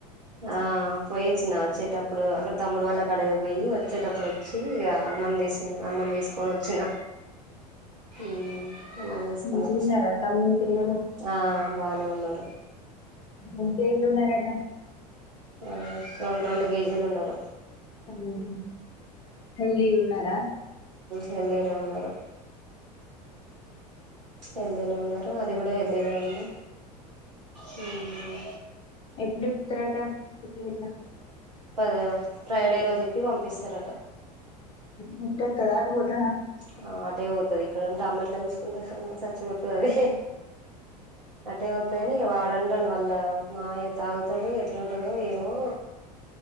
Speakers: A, on the right (about 80°); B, on the left (about 25°).
A: ఆ పోయిచ్చిన వచ్చేటప్పుడు అక్కడ తమ్ముడు వాళ్ళకాడికి పోయి వచ్చేటప్పుడు వచ్చి ఇగ అన్నం తీసి అన్నం తీసుకొని వచ్చిన హ్మ్ అన్నం తీసుకొని
B: మంచిగున్నారా
A: వ
B: తమ్ముని పిల్లలు
A: ఆ బానే ఉన్నారు
B: ఇంకేడున్నరట
A: ఆ రెండు రెండు కేజీలు ఉన్నారు
B: హ్మ్ హెల్దీగ ఉన్నరా
A: హెల్దీగనే ఉన్నరు హెల్దీనే ఉన్నారు అది కూడా హెల్దీనే ఉంది హ్మ్
B: ఎప్పుడిప్పుతరట కుట్లు గిట్ల
A: పద ఫ్రైడే రోజు ఇప్పి పంపిస్తారట
B: మట్ట తదారు పోత
A: ఆ అటే పోతది ఇక్కడ ఉంటే అమ్మ ఎట్ల చూసుకుంటది స చ్చిపోతుంది అది అట్టే పోతుందిని వాడుంటాడు వాళ్ళ మామయ తాగుతాడు ఎట్లాంటందో ఏమో